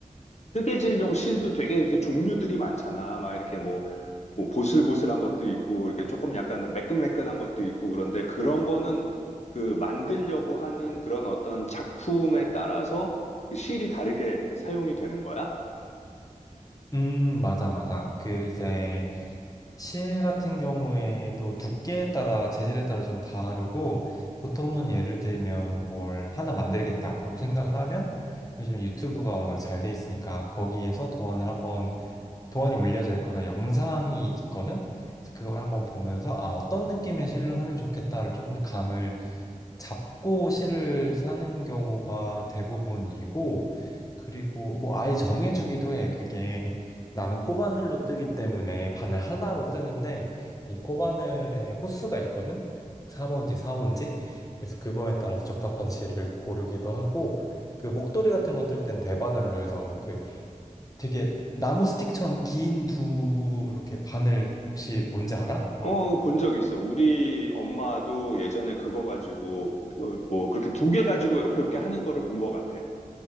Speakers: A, on the left; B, on the left.
A: 뜨개질용 실도 되게 이렇게 종류들이 많잖아. 막 이렇게 뭐, 뭐 보슬보슬한 것도 있고, 이렇게 조금 약간 매끈매끈한 것도 있고, 그런데 그런 거는 그 만들려고 하는 그런 어떤 작품에 따라서 그 실이 다르게 사용이 되는 거야?
B: 음, 맞아, 맞아. 그 이제 실 같은 경우에도 두께에 따라 재질에 따라 좀 다르고 보통은 예를 들면 뭘 하나 만들겠다라고 생각을 하면 요즘에 유튜브가 워낙 잘 돼 있으니까 거기에서 도안을 한번 도안이 올려져 있거나 영상이 있거든. 그래서 그걸 한번 보면서 아 어떤 느낌의 실로 하면 좋겠다를 조금 감을 잡고 실을 사는 경우가 대부분이고, 그리고 뭐 아예 정해주기도 해. 그게 <laughs> 나는 코바늘로 뜨기 때문에 바늘 하나로 뜨는데, 이 코바늘에 호수가 있거든? 3호인지 4호인지? 그래서 그거에 따라서 적합한 실을 고르기도 하고, 그 목도리 같은 거 뜰 땐 대바늘로 해서 그 되게 나무 스틱처럼 긴 두 이렇게 바늘 혹시 뭔지 알아?
A: 어, 본 적 있어. 우리 엄마도 예전에 그거 가지고, 어, 뭐, 그렇게 두 개 가지고 이렇게 이렇게 하는 거를 본 것 같아.